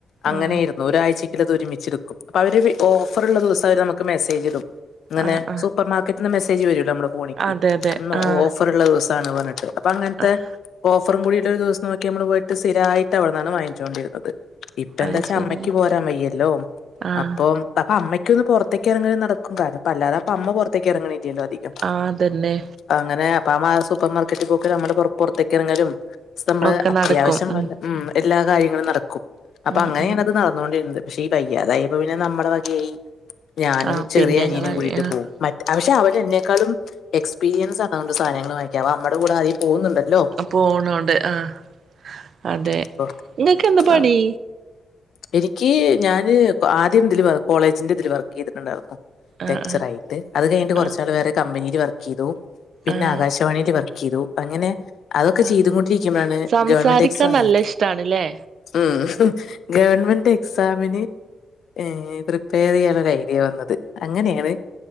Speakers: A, on the left; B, on the right.
A: അങ്ങനെയ്രു അങ്ങനെയായിരുന്നു
B: ആഹ്
A: ന്നൊരാഴ്ചക്ക്ള്ളത് ഒരുമിച്ചെട്ക്കും. അപ്പൊ അവര് വി ഓഫറ്ള്ള ദിവസം അവര് നമ്മക്ക് മെസ്സേജിടും. ങ്ങനെ
B: ആഹ് ആഹ്
A: സൂപ്പർ മാർക്കറ്റ്ന്ന് മെസ്സേജ് വരുവല്ലൊ നമ്മളെ ഫോണീക്ക്.
B: അതെ അതെ
A: ന്നോ
B: ആഹ്
A: ഓഫറ്ള്ള ദിവസാണ് പർഞ്ഞിട്ട്. അപ്പഅങ്ങെൻത്തെ
B: ആഹ്
A: ഓഫറും കൂടിയിട്ട്ഒരു ദിവസം നോക്കി അമ്മള് പോയിട്ട് സ്ഥിരായിട്ട് അവട്ന്നാണ് വാങ്ങിച്ചോണ്ടിര്ന്നത്. ഇ എന്താച്ചാ
B: അത് ശരി
A: അമ്മയ്ക്ക് പോരാ വയ്യല്ലോ.
B: ആഹ്
A: അപ്പോം അപ്പൊ അമ്മയ് ക്കൊന്ന് പൊറത്തേക്ക് എറങ്ങലും നടക്കും. കാരണം പ്പഅല്ലാതെ അപ്പൊ അമ്മ പൊറത്തേക്ക് എറങ്ങണെ റ്റ്യല്ലോ അധികം
B: ആഹ് അതന്നെ
A: അങ്ങനെ അപ്പൊ അ മ സൂപ്പർ മാർക്കറ്റ്പോക്ക് അമ്മള് പൊറ് പൊർത്തേക്കിറങ്ങലും സ് അമ്മള്
B: ഒക്കെ
A: അത്യാവശ്യം
B: നടക്കും ഉം
A: വല്ല മ്. എല്ലാ കാര്യങ്ങളും നടക്കും. അപ്പൊ
B: ഉം
A: അങ്ങനെണ്
B: ഉം
A: അത് നടന്നോണ്ടിര്ന്നത്. പക്ഷെ ഈ വയ്യാതായപ്പോ പിന്നെ നമ്മടെ വകേയി ഞാനും
B: ആഹ്
A: ചെറിയ
B: പിന്നെ
A: അനിയനും
B: ഇങ്ങളെ
A: കൂടിയിട്ട്
B: ആഹ്
A: പോം. മറ്റെ അവഷെ അവനെന്നെക്കാലും എക്സ്പീരിയൻസാ അതോണ്ട് സാനങ്ങൾ വാങ്ങിക്കാ. അവ അമ്മടെ കൂടെ ആദ്യേ പോവ്ന്ന്ണ്ടല്ലോ
B: പോണോണ്ട് ആഹ് അതെ.
A: അപ്പൊ
B: ങ്ങക്ക് എന്താ പണി?
A: ആ എനിക്ക് ഞാന് ക ആദ്യം തില് വർ കോളേജ്ന്റെ തില് വർക്കെ യ്തിട്ട്ണ്ടായിരുന്നു.
B: ആഹ്
A: ടെക്ചറായിട്ട്.
B: ആഹ്
A: അത് കഴ്ഞ്ഞിട്ട് കൊർച്ചാള്
B: ആഹ്
A: വേറെ കമ്പനീല് വർക്കി യ്തു പിന്നെ
B: ആഹ്
A: ആകാശവാണീല് വർക്കി യ്തു. അങ്ങനെ അതൊക്കെ
B: ആഹ്
A: ചെയ്തുകൊണ്ടിരിക്കുമ്പഴാണ്
B: സംസാരിക്കാൻ
A: ഗവൺമെന്റ് എക്സാമ്
B: നല്ല ഇഷ്ടാണ്ല്ലേ
A: ഉം. ഗവൺമെന്റ് എക്സാമിന് ഏഹ് പ്രിപ്പയ റെയ്യാ ഒര ഐഡിയ പർഞ്ഞത്. അങ്ങനേണ്